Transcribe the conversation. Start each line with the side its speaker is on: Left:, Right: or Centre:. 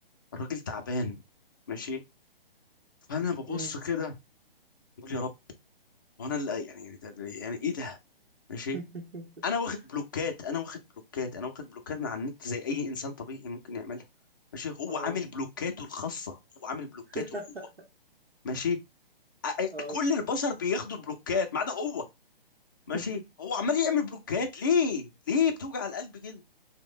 Left: الراجل تعبان ماشي فانا ببص
Right: أمم.
Left: كده بقول يا رب وانا اللي يعني يعني ايه ده ماشي
Right: <laughs>
Left: انا واخد بلوكات انا واخد بلوكات انا واخد بلوكات من على النت زي اي انسان طبيعي ممكن يعملها ماشي هو
Right: اه
Left: عامل بلوكاته الخاصه هو عامل بلوكاته
Right: <laughs>
Left: هو ماشي أ- أ-
Right: اه
Left: كل البشر بياخدوا البلوكات ما عدا هو ماشي
Right: انت
Left: هو عمال يعمل بلوكات ليه ليه بتوجع القلب كده